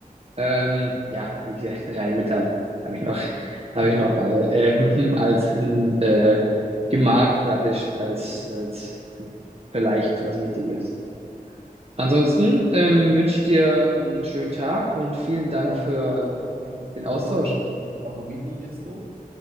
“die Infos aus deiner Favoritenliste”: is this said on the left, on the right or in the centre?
Right